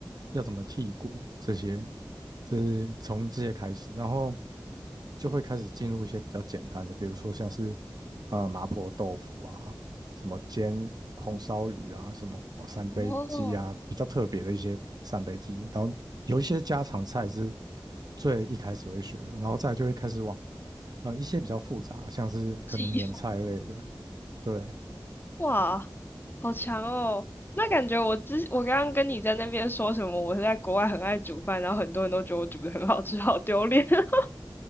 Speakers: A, on the right; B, on the left.
A: 要怎么剔骨，这些，这是从这些开始，然后就会开始进入一些比较简单的，比如说像是呃麻婆豆腐啊，什么煎红烧鱼啊，什么三杯鸡啊，
B: 哦，
A: 比较特别的一些三杯鸡，然后有一些家常菜是最一开始会学的，然后再来就会开始往。啊，一些比较复杂，像是可能年菜类的，
B: 记忆，
A: 对，
B: <laughs> 哇，好强哦！那感觉我之我刚刚跟你在那边说什么，我是在国外很爱煮饭，然后很多人都觉得我煮的很好吃，好丢脸。<laughs>